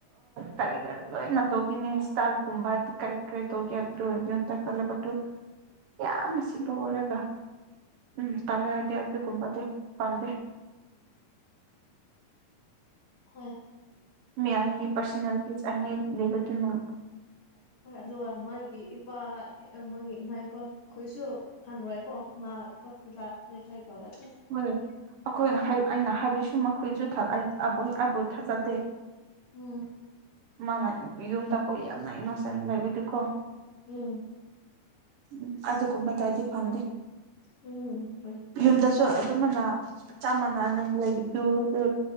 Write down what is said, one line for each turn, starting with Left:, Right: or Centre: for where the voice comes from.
Right: ꯀꯔꯤ ꯀꯔꯤ ꯂꯣꯏꯅ ꯇꯧꯒꯅꯤ ꯁꯇꯜꯒꯨꯝꯕ ꯑꯥ ꯀꯔꯤ ꯀꯔꯤ ꯇꯧꯒꯦ ꯑꯗꯨ <unintelligible> ꯌꯥꯝꯅ ꯁꯤꯕ ꯑꯣꯏꯔꯒ ꯎꯝ ꯇꯜꯂꯦ ꯑꯩꯗꯤ ꯑꯗꯨ ꯀꯨꯝꯕꯗꯤ ꯄꯝꯗꯦ
Left: ꯍꯣꯏ
Right: ꯃꯤ ꯑꯅꯤ ꯄꯔꯁꯅꯥꯂꯤꯇꯤ ꯑꯅꯤ ꯂꯦꯕ ꯇꯨꯅ
Left: ꯍꯣꯏ ꯑꯗꯨꯒ ꯃꯥꯒꯤ ꯏꯄꯥ ꯃꯥꯒꯤ ꯏꯃꯥ ꯏꯄꯥꯈꯣꯏꯁꯨ ꯈꯜꯔꯣꯏꯀꯣ ꯃꯥ ꯍꯣꯁꯄꯤꯇꯥꯜ ꯀꯔꯤ ꯀꯔꯤ ꯇꯧꯕꯁꯤ
Right: ꯍꯣꯏ ꯑꯩꯈꯣꯏꯅ ꯑꯩꯅ ꯍꯥꯏꯕꯁꯨ ꯃꯈꯣꯏꯁꯨ ꯑꯩ ꯑꯩꯕꯨ ꯊꯥꯖꯗꯦ
Left: ꯎꯝ
Right: ꯃꯥꯅ ꯌꯨꯝꯗ ꯀꯣ ꯌꯥꯝꯅ ꯏꯅꯣꯁꯦꯟ ꯂꯩꯕꯗꯤꯀꯣ
Left: ꯎꯝ
Right: ꯎꯝ ꯑꯗꯨꯒꯨꯝꯕ ꯇꯔꯗꯤ ꯐꯪꯗꯦ
Left: ꯎꯝ
Right: ꯌꯨꯝꯗꯁꯨ ꯑꯗꯨꯃꯥꯏꯅ ꯆꯞ ꯃꯥꯟꯅꯅ ꯂꯩꯕꯗꯨ ꯑꯗꯨ